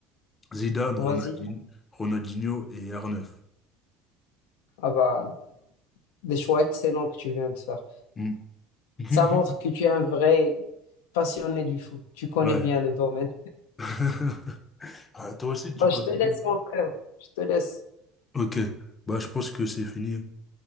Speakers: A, on the left (about 25°); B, on the left (about 85°).
A: Zidane,
B: Vas-y.
A: Ronaldinho, Ronaldinho et R9.
B: Ah bah, des choix excellents que tu viens de faire.
A: Mm. <laughs>
B: Ça montre que tu es un vrai passionné du foot. Tu connais
A: Ouais.
B: bien le domaine.
A: <laughs> Ah, toi aussi,
B: Bah,
A: tu connais
B: je te laisse,
A: bien.
B: mon frère. Je te laisse.
A: Ok. Bah, je pense que c'est fini.